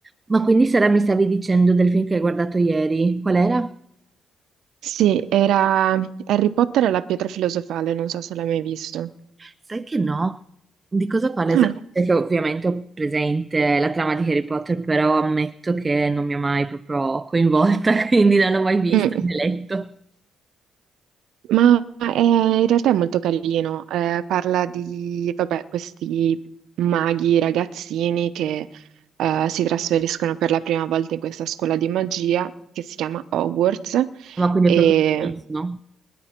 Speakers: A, on the right; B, on the right.
A: Ma quindi Sara mi stavi dicendo del film che hai guardato ieri? Qual era?
B: Sì, era Harry Potter e la pietra filosofale, non so se l'hai mai visto.
A: Sai che no? Di cosa parla esattamente?
B: Ah,
A: Perché ovviamente ho presente la trama di Harry Potter, però ammetto che non mi ha mai proprio coinvolta, <laughs> quindi non l'ho mai visto
B: mm.
A: né letto.
B: Ma è- in realtà è molto carino, eh, parla di, vabbè, questi maghi ragazzini che eh, si trasferiscono per la prima volta in questa scuola di magia che si chiama Hogwarts
A: Ma quindi
B: e,
A: è proprio il primissimo,